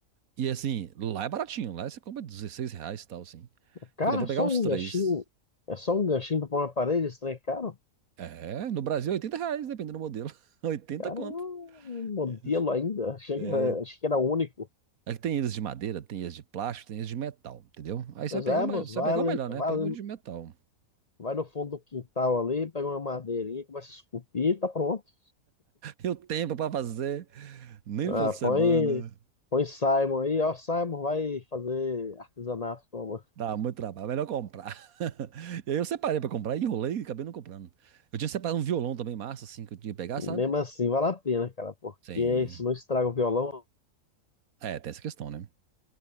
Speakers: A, on the right; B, on the left.
A: E assim, lá é baratinho, lá você compra 16 reais e tal, assim.
B: Cara,
A: Eu falei, vou
B: é só
A: pegar uns
B: um
A: três.
B: ganchinho. É só um ganchinho para pôr na parede, esse trem é caro.
A: É, no Brasil é 80 reais, dependendo do modelo. <laughs> oitenta
B: Cara,
A: conto.
B: é um modelo
A: Isso,
B: ainda. Achei
A: É,
B: que era, achei que era único.
A: é que tem eles de madeira, tem eles de plástico, tem eles de metal, entendeu? Aí você
B: Mas
A: vai pegar
B: é,
A: o, me-
B: moço,
A: você
B: vai,
A: vai pegar
B: ali-
A: o melhor, né?
B: vai,
A: Pega
B: ali-
A: o de metal. <laughs>
B: vai no fundo do quintal ali, pega uma madeirinha, começa a esculpir, tá pronto.
A: E o tempo pra fazer, nem
B: Ah,
A: no final de semana.
B: põe, põe Simon aí, ó, Simon vai fazer artesanato, toma.
A: Dá muito trabalho, é melhor comprar. <laughs> E aí eu separei pra comprar, enrolei e acabei não comprando. Eu tinha separado um violão também massa, assim, que eu tinha que pegar, sabe?
B: Mesmo assim, vale a pena, cara, porque
A: Sim.
B: isso não estraga o violão.
A: É, tem essa questão, né?